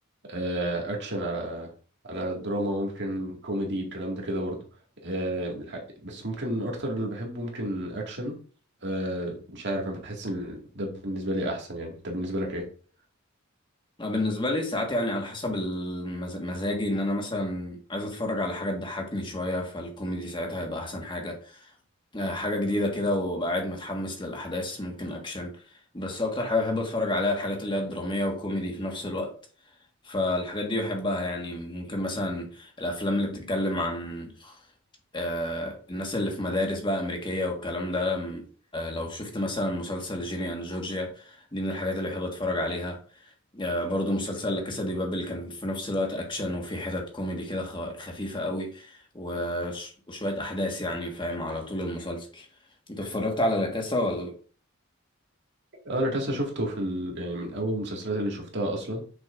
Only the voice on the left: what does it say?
أنا بالنسبة لي ساعات يعني على حسب المز- مزاجي ان انا مثلا عايز اتفرج على حاجة تضحكني شوية فالكوميدي ساعتها هيبقى احسن حاجة آه، حاجة جديدة كده وأبقى قاعد متحمس للأحداث ممكن أكشن بس أكتر حاجة بحب أتفرج عليها الحاجات اللي هي الدرامية وكوميدي في نفس الوقت فالحاجات دي بحبها يعني ممكن مثلا الأفلام اللي بتتكلم عن آه، الناس اللي في مدارس بقى أمريكية والكلام ده آه، لو شفت مثلا مسلسل جيني أند جورجيا دي من الحاجات اللي بحب أتفرج عليها آه، برضو مسلسل لا كاسا دي بابل كان في نفس الوقت اكشن وفي حتت كوميدي كده خ- خفيفه قوي وش- وشويه احداث يعني فاهم على طول المسلسل انت اتفرجت على لا كاسا ولا لا